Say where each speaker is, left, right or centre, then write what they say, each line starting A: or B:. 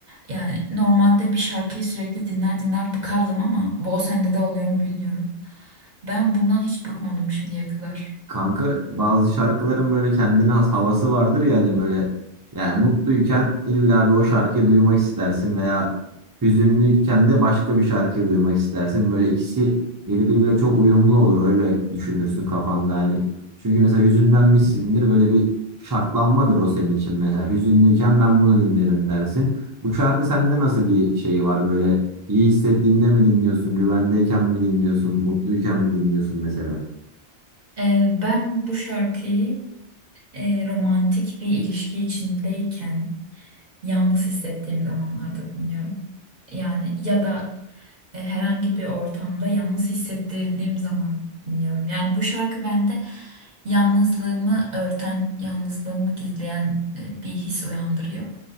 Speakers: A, on the right; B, on the right.
A: Yani normalde bir şarkıyı sürekli dinler dinler bıkardım ama bu o sende de oluyor mu bilmiyorum. Ben bundan hiç bıkmadım şimdiye kadar.
B: Kanka bazı şarkıların böyle kendine has havası vardır ya hani böyle yani mutluyken illa bir o şarkıyı duymak istersin veya hüzünlüyken de başka bir şarkıyı duymak istersin. Böyle ikisi birbiriyle çok uyumlu olur öyle düşünürsün kafanda hani. Çünkü mesela hüzünlenmişsindir böyle bir şartlanmadır o senin için mesela. Hüzünlüyken ben bunu dinlerim dersin. Bu şarkı sende nasıl bir şey var böyle iyi hissettiğinde mi dinliyorsun, güvendeyken mi dinliyorsun, mutluyken mi dinliyorsun mesela?
A: Ee, ben bu şarkıyı e, romantik bir ilişki içindeyken yalnız hissettiğim zamanlarda dinliyorum. Yani ya da e, herhangi bir ortamda yalnız hissettirildiğim zaman dinliyorum. Yani bu şarkı bende yalnızlığımı örten, yalnızlığımı gizleyen e, bir his uyandırıyor.